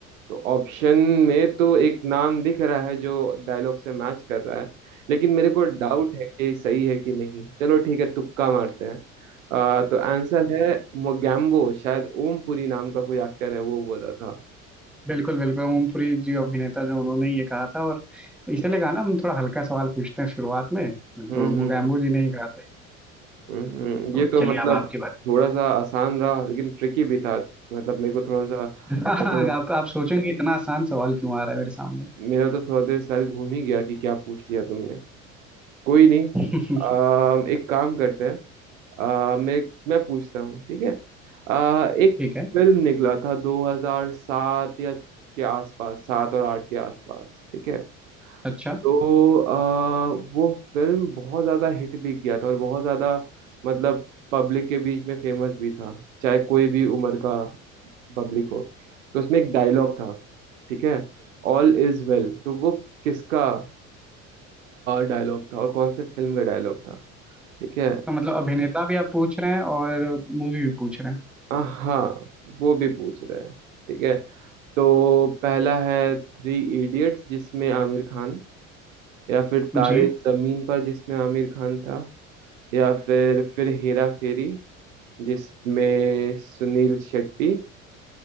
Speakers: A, on the right; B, in the centre.
A: तो ऑप्शन में तो एक नाम दिख रहा है जो डायलॉग से मैच कर रहा है लेकिन मेरे को डाउट है कि सही है कि नहीं चलो ठीक है तुक्का मारते हैं अ, तो आंसर है मोगैम्बो शायद ओमपुरी नाम का कोई एक्टर है वो बोला था
B: बिल्कुल बिल्कुल ओमपुरी जी अभिनेता जो उन्होंने ये कहा था और इसीलिए कहा ना हम थोड़ा हल्का सवाल पूछते हैं शुरुआत में
A: हम्म
B: तो मुगैम्बो जी ने ही कहा था
A: हम्म,
B: तो
A: ये तो क्या
B: चलिए
A: मतलब
B: अब आपकी
A: बात थोड़ा सा आसान रहा लेकिन ट्रिकी भी था मतलब मेरे को थोड़ा सा
B: बारी
A: मैं तो
B: <laughs> आप आप सोचेंगे इतना आसान सवाल क्यों आ रहा है मेरे सामने
A: मेरा तो थोड़ा देर सर घूम ही गया कि क्या पूछ लिया तुमने कोई नहीं
B: <laughs>
A: अम, एक काम करते हैं अम, मैं मैं पूछता हूँ ठीक है अ, एक
B: ठीक है
A: फिल्म निकला था 2007 या के आसपास सात और आठ के आसपास ठीक है
B: अच्छा
A: तो आ, वो फिल्म बहुत ज्यादा हिट भी किया था और बहुत ज्यादा मतलब पब्लिक के बीच में फेमस भी था चाहे कोई भी उम्र का पब्लिक हो तो उसमें एक डायलॉग था ठीक है ऑल इज वेल तो वो किसका डायलॉग था और कौन से फिल्म का डायलॉग था ठीक है
B: तो मतलब अभिनेता भी आप पूछ रहे हैं और मूवी भी पूछ रहे हैं
A: आ, हाँ वो भी पूछ रहे हैं ठीक है तो पहला है थ्री इडियट्स जिसमें आमिर खान या फिर तारे
B: जी
A: जमीन पर जिसमें आमिर खान था या फिर फिर हेरा फेरी जिसमें सुनील शेट्टी